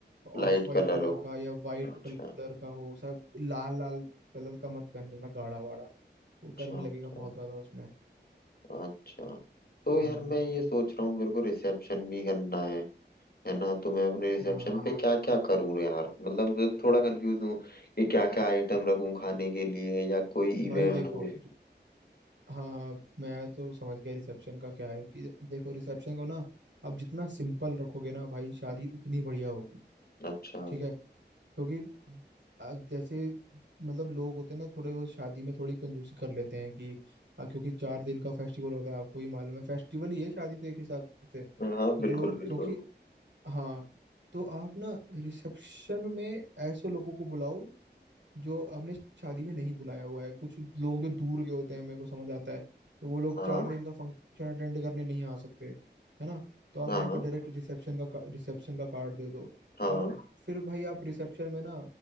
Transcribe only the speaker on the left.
लाइट
कलर
हो
अच्छा
अच्छा
अच्छा
अच्छा तो
यार मैं ये सोच रहा हूँ मेरे को रिसेप्शन भी करना है है ना तो मैं अपने रिसेप्शन
पे क्या क्या करूँ यार मतलब थोड़ा कंफ्यूज हूँ कि क्या क्या आइटम रखूँ खाने के लिए या कोई इवेंट
हो
अच्छा
हाँ
बिल्कुल
बिल्कुल
हाँ
हाँ
हाँ
हाँ
हाँ।